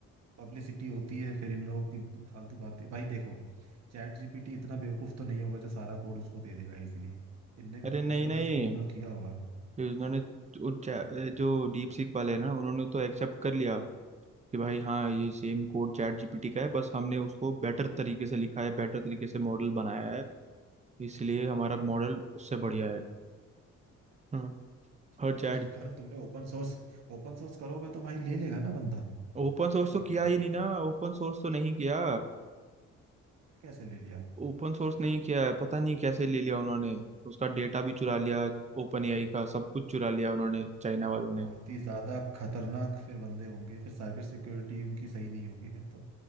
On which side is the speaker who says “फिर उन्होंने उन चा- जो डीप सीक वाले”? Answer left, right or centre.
Right